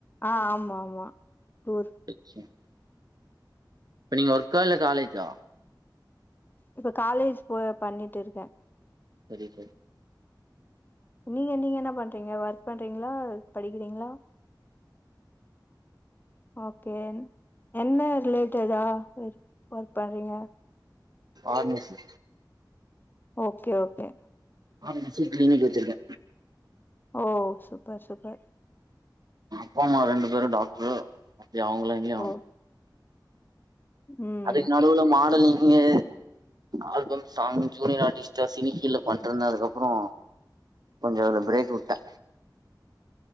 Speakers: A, on the left (about 25°); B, on the right (about 60°).
A: ஆ ஆமா ஆமா டூர்
B: ச் ம் இப்ப நீங்க ஒர்க்கா இல்ல காலேஜா
A: இப்ப காலேஜ் போ பண்ணிட்டு இருக்கே
B: சரி சரி
A: நீங்க நீங்க என்ன பண்றீங்க ஒர்க் பண்றீங்களா படிக்கிறீங்களா ஓகே என்ன ரிலேட்டடா ஒர்க் பண்றீங்க
B: pharmacy
A: okay okay
B: pharmacy clinic வச்சிருக்கே
A: ஓ சூப்பர் சூப்பர்
B: அப்பா அம்மா ரெண்டு பேரு டாக்ட்ரு அப்டியே அவங்க லைன்லயே வந்
A: ஓ ம்
B: அதுக்கு நடுவுல மாடலிங்கு ஆல்பம் சாங் ஜூனியர் ஆர்டிஸ்ட்டா சினி ஃபீல்ல பண்டிருந்த அதுக்கு அப்புறோ கொஞ்சோ அத பிரேக் வுட்ட